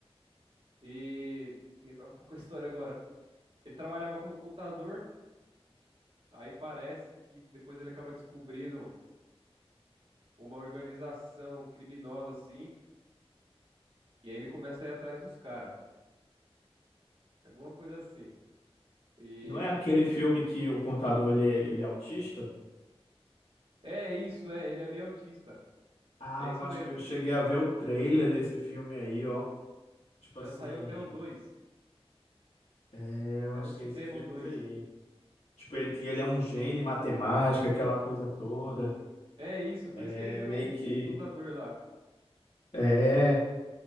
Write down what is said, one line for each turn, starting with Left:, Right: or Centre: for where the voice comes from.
Right: e. Tem que lembrar um pouco a história agora. Ele trabalhava como contador, aí parece que depois ele acaba descobrindo uma organização criminosa assim, e aí ele começa a ir atrás dos caras. Alguma coisa assim. E
Left: Não é aquele filme que o contador ele é, ele é autista?
Right: é isso, é, ele é meio autista.
Left: Ah,
Right: É isso
Left: eu acho
Right: mesmo.
Left: que eu cheguei a ver o trailer desse filme aí, ó. Tipo
Right: Já
Left: assim,
Right: saiu até o 2.
Left: é, eu
Right: Tá
Left: acho
Right: no cinema
Left: que é esses filmes
Right: o 2.
Left: aí. Tipo, ele que ele é um gênio em matemática, aquela coisa toda.
Right: É isso, por
Left: É
Right: isso que ele virou
Left: meio
Right: o,
Left: que.
Right: o contador lá.
Left: É,